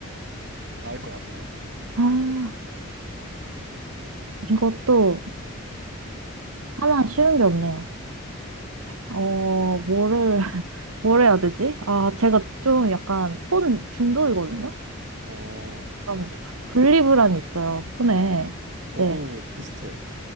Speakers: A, on the right; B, on the right.
A: 나을 것 같아요?
B: 아, 이것도 하나 쉬운 게 없네요. 어, 뭐를, <laughs> 뭘 해야 되지? 아, 제가 좀 약간 폰 중독이거든요?
A: 어,
B: 약간
A: 네.
B: 부- 분리불안이 있어요, 폰에.
A: 저도
B: 이제,
A: 비슷해요.